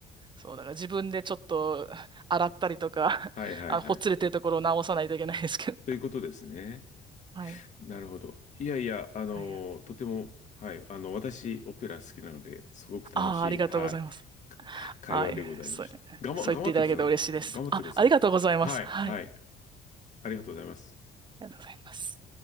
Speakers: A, on the right; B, on the left.
A: そう、だから自分でちょっと洗ったりとか、
B: はいはいはい。
A: あ、ほつれてるところを直さないといけないですけど。
B: ということですね。
A: はい。
B: なるほど。いやいや、あの、
A: はい。あ
B: とても、はい、あの、私、オペラ好きなので、すごく楽しい、
A: あ、ありがとうございます。
B: はい、か会話でございました。
A: はい。そう、
B: 頑張、
A: そう言っていただけて嬉しいです。
B: 頑張ってください。頑張ってください。
A: あ、ありがとうございます。
B: はい、
A: はい。
B: はい。ありがとうございます。
A: ありがとうございます。